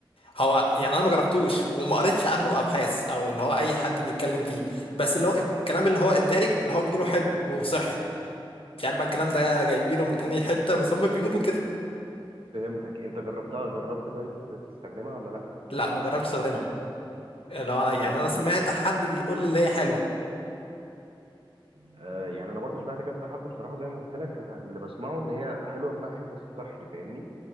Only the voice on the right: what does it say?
فهمتك انت جربتها جربت طيب تستخدمها ولا لا
حلو
لا
آه يعني انا برضو سمعت كذا حد بصراحه زي ما قلت لك انا اللي بسمعه ان هي حلوه في ناحيه الصحي فاهمني